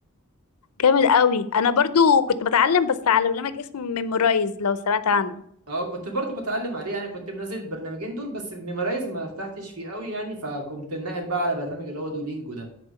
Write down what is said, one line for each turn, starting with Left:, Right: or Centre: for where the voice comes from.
Left: جامد قوي انا برضو كنت بتعلم بس على برنامج اسمه ميمورايز لو سمعت عنه
Right: اه كنت برضو بتعلم عليه يعني كنت منزل البرنامجين دول بس في ميمرايز ما ارتحتش فيه قوي يعني فقمت ناقل بقى على برنامج اللي هو دولينجو ده